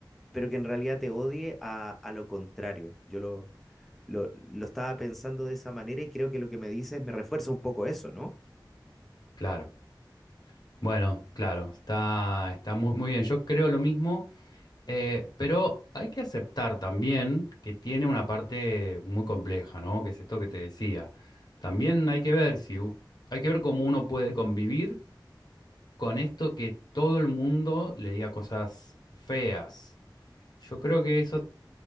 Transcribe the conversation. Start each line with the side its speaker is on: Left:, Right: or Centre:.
Centre: pero que en realidad te odie a, a lo contrario. Yo lo, lo, lo estaba pensando de esa manera y creo que lo que me dices me refuerza un poco eso, ¿no?
Left: claro. Bueno, claro, está, está muy, muy bien. Yo creo lo mismo, eh, pero hay que aceptar también que tiene una parte muy compleja, ¿no? Que es esto que te decía. También hay que ver si u- hay que ver cómo uno puede convivir con esto que todo el mundo le diga cosas feas. Yo creo que eso